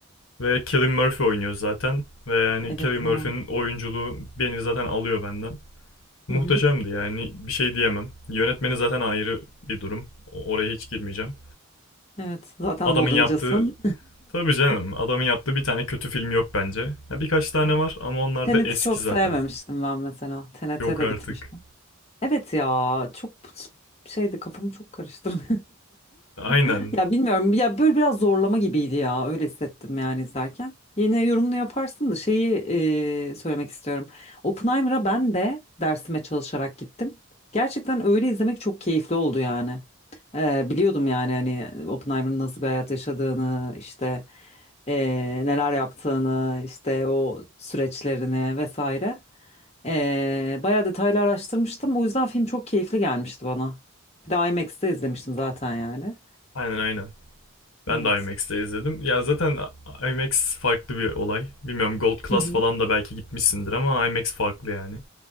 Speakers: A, on the left (about 60°); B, on the left (about 30°).
A: Ve Cillian Murphy oynuyor zaten ve yani
B: Evet
A: Cillian Murphy'nin
B: ya.
A: oyunculuğu beni zaten alıyor benden. Muhteşemdi
B: Hı hı.
A: yani bir şey diyemem. Yönetmeni zaten ayrı bir durum. O- Oraya hiç girmeyeceğim.
B: Evet.
A: O-
B: Zaten
A: Adamın
B: Nolancısın.
A: yaptığı tabii canım
B: <laughs>
A: adamın yaptığı bir tane kötü film yok bence. Ya birkaç tane
B: Evet.
A: var ama onlar
B: Tenet'i
A: da eski
B: çok
A: zaten.
B: sevmemiştim ben mesela. Tenet'e
A: Yok
B: de
A: artık.
B: gitmiş. Evet ya çok şeydi kafamı çok karıştırdı.
A: Aynen.
B: <laughs> Ya bilmiyorum ya böyle biraz zorlama gibiydi ya öyle hissettim yani izlerken. Yine yorumunu yaparsın da şeyi e, söylemek istiyorum. Oppenheimer'a ben de dersime çalışarak gittim. Gerçekten öyle izlemek çok keyifli oldu yani. E, biliyordum yani hani Oppenheimer'ın nasıl bir hayat yaşadığını işte e, neler yaptığını işte o süreçlerini vesaire. Ee, bayağı detaylı araştırmıştım. O yüzden film çok keyifli gelmişti bana. Bir de IMAX'te izlemiştim zaten yani.
A: Aynen aynen. Ben
B: Evet.
A: de IMAX'te izledim. Ya zaten IMAX farklı bir olay. Bilmiyorum Gold Class
B: Hı hı.
A: falan da belki gitmişsindir ama IMAX farklı yani.